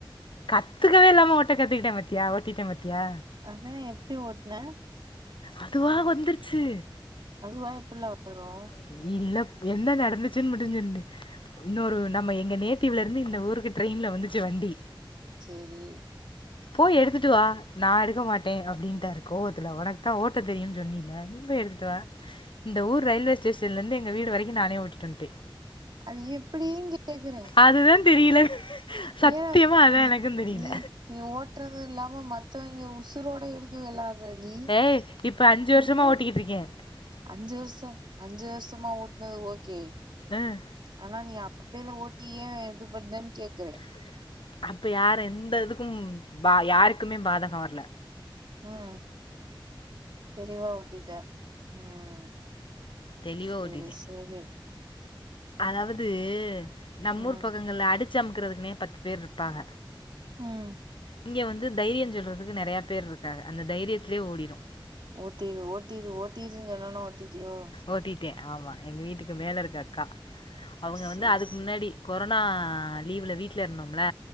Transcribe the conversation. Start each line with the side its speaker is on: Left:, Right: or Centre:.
Left: கத்துக்கவே இல்லாம ஓட்ட கத்துக்கிட்ட பாத்தியா ஓட்டிட்ட பாத்தியா
Right: அதா எப்டி ஓட்ன
Left: அதுவா வந்துருச்சு
Right: அதுவா எபுட்ல வரு
Left: தெரியில என்ன நடந்துச்சுன் மட்டு சொல்லு இன்னொரு நம்ம எங்க நேட்டிவ்லேருந்து இந்த ஊருக்கு ட்ரெயின்ல வந்துச்சு வண்டி
Right: செரி
Left: போய் எடுத்துட்டு வா நா எடுக்க மாட்டே அப்டின்னுட்டாரு கோவத்துல உனக் தா ஓட்ட தெரியுன் சொன்னில <unintelligible> எடுத்துட்டுவா இந்த ஊர் ரயில்வே ஸ்டேஷன்லேருந்து எங்க வீடு வரைக்கு நானே ஓட்டிட்டு வன்டே
Right: அது எப்டின்னு கேக்குறே
Left: அதுதா தெரியல சத்தியமா
Right: ஏ
Left: அதா
Right: நீ
Left: எனக்கு தெரில
Right: நீ நீ ஓட்டுறது இல்லாம மத்தவைங்க உசுரோட எதுக் க்கு வேளாட்ற நீ
Left: ஏய் இப்ப அஞ்சு
Right: அ
Left: <unintelligible>
Right: அஞ்சு வர்சோ அஞ்சு வர்சமா ஓட்னது ஓகே
Left: ஆ
Right: ஆனா நீ அப்பேல ஓட்டி ஏ இது பன்னேன் கேக்குறே
Left: அப்ப யார எந்த இதுக்கும் பா யாருக்குமே பாதங்க வர்ல
Right: ம் தெளிவா ஓட்டிட்ட ம்
Left: தெளிவா
Right: செ
Left: ஓட்டிட்டே
Right: செரி
Left: அதாவது நம்மூர்
Right: ம்
Left: பக்கங்கள்ல அடித் ச்சம் அமுக்குறதுக்னே பத்து பேர் இருப்பாங்க
Right: ம்
Left: இங்க வந்து தைரியந் சொல்றதுக்கு நறையா பேர் இருக்காங்க அந்த தைரியத்துலே ஓடிடு
Right: ஓட்டிரு ஓட்டிரு ஓட்டிருன் சொன்னோன்னே ஓட்டிட்டியோ
Left: ஓட்டிட்டே ஆமா எங்க வீட்டுக்கு மேல இருக்க அக்கா அவுங்க
Right: செரி
Left: வந்து அதுக்கு முன்னாடி கொரொனா லீவ்ல வீட்ல இருந்தம்ல